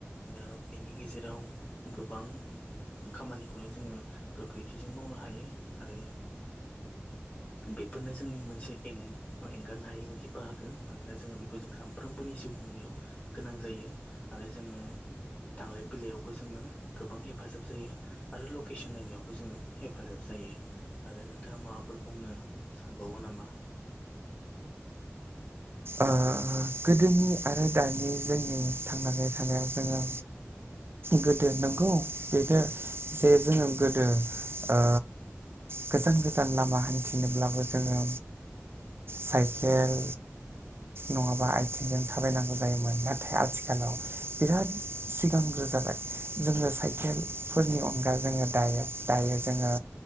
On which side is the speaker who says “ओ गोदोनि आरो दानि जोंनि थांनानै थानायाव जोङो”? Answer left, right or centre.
Right